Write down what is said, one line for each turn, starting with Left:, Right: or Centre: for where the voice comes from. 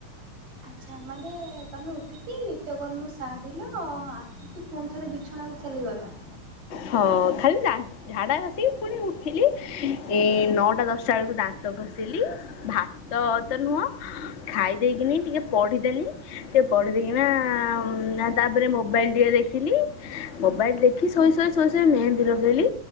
Right: ଆଛା ମାନେ ତମେ ଉ ଟିକି ନିତ୍ୟକର୍ମ ସାରିଲ ଆସିକି ପୁଣି ଥରେ ବିଛଣାକୁ ଚାଲିଗଲ।
Left: ହଁ ଖାଲି ଝାଡା ବସି ପୁଣି ଉଠିଲି ଏ ନଅଟା ଦଶ ଷା ବଳକୁ ଦାନ୍ତ ଘଷିଲି ଭାତ ତ ନୁହଁ ଖାଇ ଦେଇେଇକିନି ଟିକେ ପଢ଼ିଦେନି ଟିକେ ପଢ଼ିଦେଇକିନା ତାପରେ ମୋବାଇଲ ଟିକେ ଦେଖିଲି। ମୋବାଇଲ ଦେଖି ଶୋଇ ଶୋଇ ଶୋଇ ଶୋଇ ମେହେନ୍ଦୀ ଲଗେଇଲି।